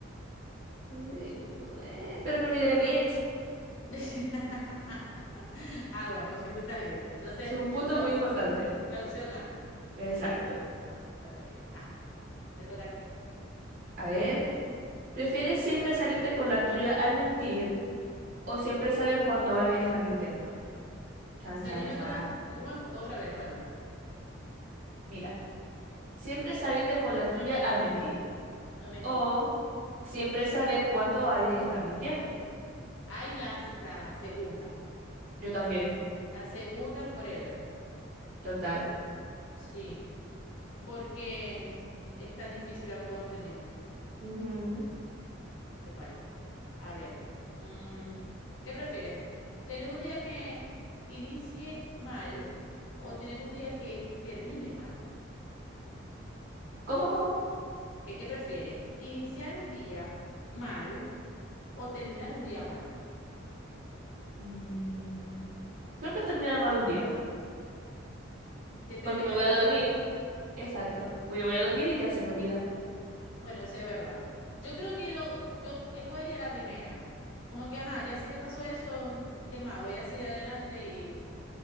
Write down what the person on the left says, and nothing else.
<laughs> Ah, bueno, eso está bien. está bien. Entonces,
la,
ops-
la opción A.
Ah, bueno, está muy bien. Ah, te toca a ti.
Salirme
con la... ¿cómo es? Otra vez, de nuevo.
Al mentir.
Ay, la, la segunda.
La segunda forever.
Sí. porque es tan difícil a ver cuando te mienten,
sepa ahí. A ver, mm, ¿qué prefieres? ¿Tener un día que inicie mal o tener un día que termine mal?
¿Qué, qué prefieres? ¿Iniciar un día mal o terminar un día mal?
Que
termina,
terminar
mal.
Bueno, eso es verdad. Yo creo que lo, yo escogería la primera. Como que, ajá, ya sé que pasó eso, mm, ¿qué más? Voy a seguir adelante y,